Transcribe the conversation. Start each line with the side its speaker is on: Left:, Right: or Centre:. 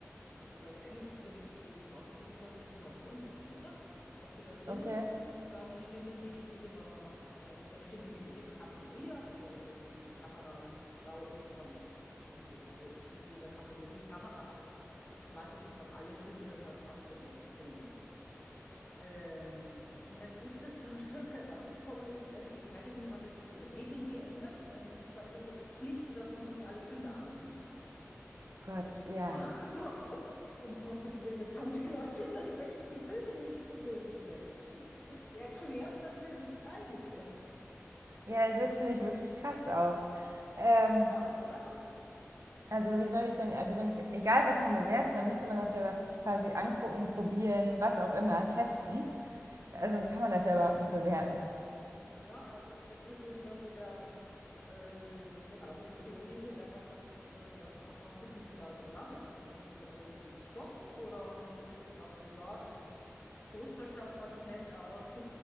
Left: die, glaube ich, eigentlich, also die, die Voraussetzung ist, glaube ich, dass die mal gewonnen haben, oder? Dass die da drin
Right: okay.
Left: sind, dann stimmen die in ihrer, also dann stimmen die in ihre Kategorie ab. Also wenn jetzt irgendwer Kamerafrau ist, dann stimmt die, be- stimmt die in der Kategorie Kamera ab und so weiter. Und ich glaube, alle stimmen dann halt ab für besten Film. Ähm, und jetzt ist es so, <laughs> dass herausgekommen ist, ja, die Academy hat jetzt ihre Regeln geändert. Ähm, und zwar ist es jetzt Pflicht, dass man sich alle Filme ansieht.
Right: Gott, ja.
Left: <laughs> So, um Gottes Willen, jetzt haben die Leute tatsächlich die Filme nicht gesehen bis jetzt. Das erklärt natürlich einiges.
Right: Ja, das finde ich wirklich krass auch. Ähm,
Left: Schon, oder?
Right: also wie soll ich denn, also wenn ich, egal was man bewertet, dann müsste man das ja doch quasi angucken, probieren, was auch immer, testen. Also sonst kann man das ja überhaupt nicht bewerten.
Left: Ja, also jetzt ist eben da so der, äh, genau, so die Theorie, so, ja, was, was, äh, nach, nach was sind denn die da gegangen? Also wurden die alle irgendwie bestochen oder haben sie sich gedacht, so, ja, das Poster schaut ganz nett aus.